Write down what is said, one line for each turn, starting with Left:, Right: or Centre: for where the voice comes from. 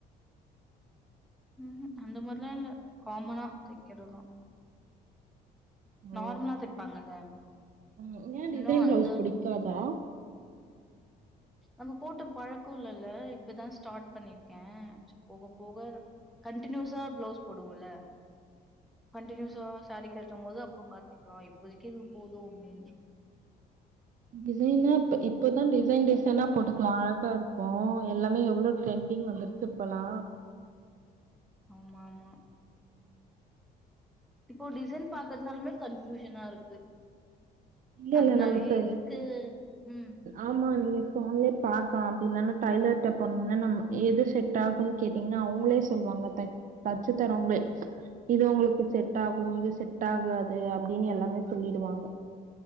Centre: ம்ஹம் அந்த மாரிலா இல்ல காமனா தைக்கிறதா
Right: ஓ
Centre: நார்மலா தைப்பாங்கல்ல
Right: ம் ஏ டிசைன்
Centre: இன்னு அந்த
Right: பிளவுஸ் புடிக்காதா
Centre: ச்சு நம்ம போட்ட பழக்கம் இல்லல்ல இப்பதா ஸ்டார்ட் பண்ணிருக்கேன் ச்சு போக போக கண்டினியூஸா பிளவுஸ் போடுவோம்ல கண்டநியூஸ்சா சார கேட்டும் போது அப்ப பாத்துக்கலாம் இப்போதக்கு இது போதும் அப்படனு
Right: டிசைனா இப்ப இப்பதான் டிசைன் டிசைன் ன்னா போட்டுக்கலா அழகா இருக்கும் எல்லாமே எவ்ளோ டரெண்டிங் வந்துடுச்சுப்பலா
Centre: ஆமா ஆமா இப்போ டிசைன் பாத் இருந்தாலுமே கன்ஃபயூஷனா இருக்கு
Right: இல்ல இல்ல
Centre: அதனாலயே
Right: நம்ம த
Centre: எதுக்கு ம்
Right: ஆமா நீங்க போன்லயே பாக்கா அப்படின்னானா டைலர்கிட்ட போனீங்கன்னா நம்ம எது செட் ஆகும்ன்னு கேட்டீங்கன்னா அவங்களே சொல்லுவாங்க தச் தச்சு தரவங்களே இது உங்களுக்கு செட் ஆகும் இது செட் ஆகாது அப்படின்னு எல்லாமே சொல்லிடுவாங்க